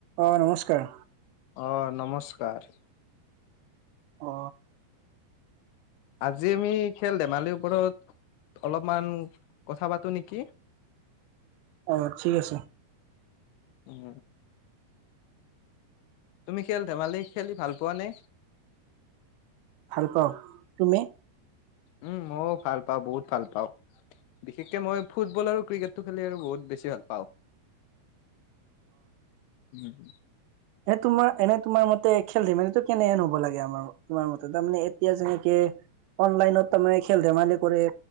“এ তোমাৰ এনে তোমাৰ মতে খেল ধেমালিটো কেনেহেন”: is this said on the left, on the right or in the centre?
Right